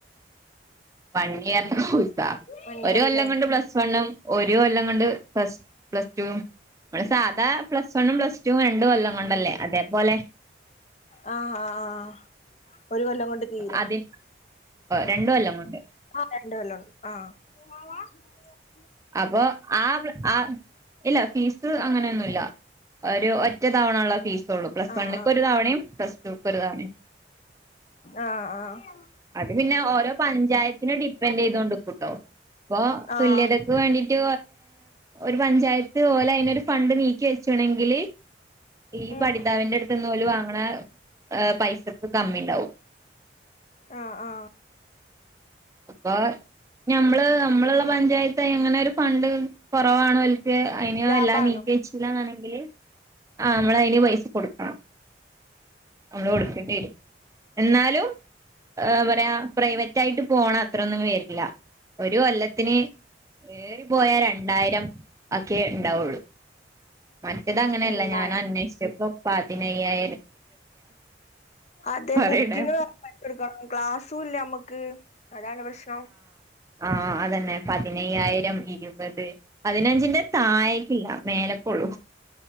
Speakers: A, on the right; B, on the left.
A: വണ്ടി <unintelligible>
B: വൺ ഇയർല്ലേ
A: ഒരു കൊല്ലം കൊണ്ട് പ്ലസ് വണ്ണും ഒരു കൊല്ലം കൊണ്ട് പ്ലസ് പ്ലസ് ടുവും നമ്മള് സാധാ പ്ലസ് വണ്ണും പ്ലസ് ടുവും രണ്ടും കൊല്ലം രണ്ടല്ലേ അതേപോലെ
B: ആ ആ ആ ഒരു കൊല്ലം കൊണ്ട് തീരും
A: അതി രണ്ട് കൊല്ലം കൊണ്ട്
B: ആ രണ്ട് കൊല്ലം ആ <unintelligible>
A: അപ്പൊ ആ ആ ഇല്ല ഫീസ് അങ്ങനെയൊന്നുമല്ല ഒരു ഒറ്റ തവണ ഉള്ളു ഫീസ് പ്ലസ്
B: ആഹ്
A: വണ്ണക്ക്
B: ആഹ്
A: ഒരു തവണയും പ്ലസ് ടുവി ക്ക് ഒരു തവണയും
B: ആഹ് ആഹ്
A: അത് പിന്നെ ഓരോ പഞ്ചായത്തിനെ ഡിപ്പെന്റ് ചെയ്‌തോണ്ടിരിക്കോട്ടോ ഇപ്പൊ
B: ആഹ്
A: തുല്യത വേണ്ടീട്ട് ഒരു പഞ്ചായത്ത് പോലെ അതിനൊരു ഫണ്ട് നീക്കി വെച്ചുണെങ്കിൽ ഈ
B: ഉം
A: പഠിതാവിന്റെ അടുത്തുന്ന് <unintelligible> കുറേ പൈസക്ക് കമ്മി ഉണ്ടാവും
B: ആഹ് ആഹ്
A: അപ്പോ ഞമ്മള് നമ്മളുള്ള പഞ്ചായ ത്ത് എങ്ങനെ ഒരു ഫണ്ട് കുറവാണ അല്ല അതിനെയോ
B: ലാഭാണല്ലോ
A: എല്ലാം നീക്കി വെച്ചിട്ടില്ലന്ന് ഉണ്ടെങ്കിൽ ആ നമ്മൾ അതിന് പൈസ കൊടുക്കണം നമ്മള് കൊടുക്കേണ്ടി വരും എന്നാലും പറയാ പ്രൈവറ്റ് ആയിട്ട് പോണം അത്രൊന്നും വരില്ല ഒരു കൊല്ലത്തിന് ഏറി പോയാ രണ്ടായിരം ഒക്കെയെ ഉണ്ടാവുള്ളു മറ്റേത് അങ്ങനെയല്ല
B: രണ്ടായി
A: ഞാൻ അന്വേഷിച്ചപ്പോ പതിനയ്യായിരം
B: അതെ
A: പറയണേ
B: ബുക്കിന് വേറെ പൈസ കൊടുക്കണം ക്ലാ സൂല നമുക്ക് അതാണ് പ്രശ്നം
A: ആ അതന്നെ പതിനയ്യായിരം ഇരുപത് പതിനഞ്ചിന്റെ താഴക്കില്ല മേലക്കുള്ളൂ